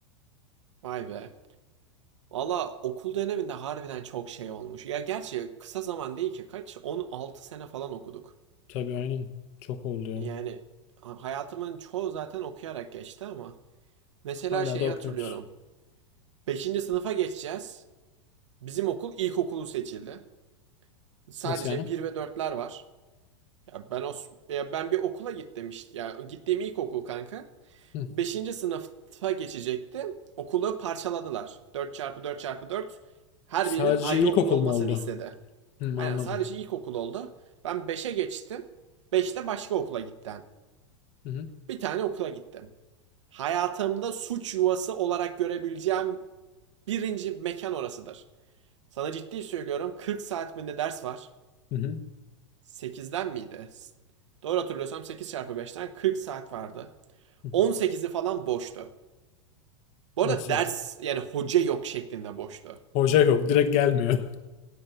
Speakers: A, on the right; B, on the left.
A: Vay be. Valla okul döneminde harbiden çok şey olmuş. Ya gerçi kısa zaman değil ki kaç? 16 sene falan okuduk.
B: Tabii aynen. Çok oldu ya.
A: Yani hayatımın çoğu zaten okuyarak geçti ama. Mesela
B: Hala
A: şeyi
B: da okuyoruz.
A: hatırlıyorum. Beşinci sınıfa geçeceğiz. Bizim okul ilkokulu seçildi. Sadece
B: Nasıl yani?
A: bir ve dörtler var. Ya ben o ya ben bir okula git demişti. Ya gittiğim ilk okul kanka.
B: Hı.
A: Beşinci sınıfa geçecektim. Okulu parçaladılar. Dört çarpı dört çarpı dört. her
B: Sadece
A: birinin ayrı
B: ilkokul
A: okul olmasını
B: mu oldu?
A: istedi.
B: Hı, anladım.
A: Aynen sadece ilk okul oldu. Ben beşe geçtim. Beşte başka okula git
B: Hı hı.
A: Bir tane okula gittim. Hayatımda suç yuvası olarak görebileceğim birinci mekan orasıdır. Sana ciddi söylüyorum 40 saat mi ne ders var.
B: Hı hı.
A: 8'den miydi? Doğru hatırlıyorsam 8 çarpı 5'ten 40 saat vardı.
B: Hı hı.
A: 18'i falan boştu. Bu
B: Nasıl?
A: arada ders yani hoca yok şeklinde boştu.
B: Hoca yok. Direkt gelmiyor. <laughs>